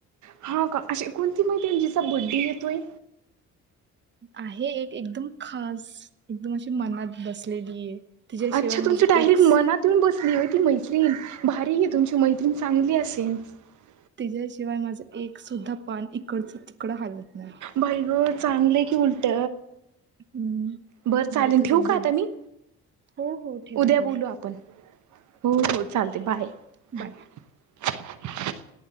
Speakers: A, on the right (about 70°); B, on the right (about 35°).
A: हा का अशी कोणती महि जिचा बड्डे येतोय.
B: आहे एक एकदम खास एकदम अशी मनात बसलेली. आहे. तिच्याशिवाय
A: अच्छा
B: माझं
A: तुमच्या डायरेक्ट
B: एक स
A: मनात येऊन बसली हय ती मैत्रीण भारी आहे तुमची मैत्रीण चांली अस, <unintelligible>
B: तच्याशिवाय माझं एक सुद्धा पान इकडच तिकडं हालत नाही.
A: बाई ग चांगले की उलट
B: हम्म,
A: बर चालेल
B: माझा तिचा
A: ठेव का
B: बड
A: आता मी,
B: हो हो ठेवा
A: उद्या
B: ठेवा.
A: बोलू आपण हो हो चालते बाय
B: बाय.
A: <unintelligible>